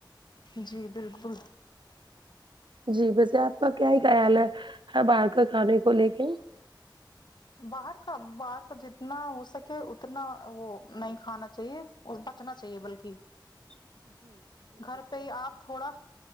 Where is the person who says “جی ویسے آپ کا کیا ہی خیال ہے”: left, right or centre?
Right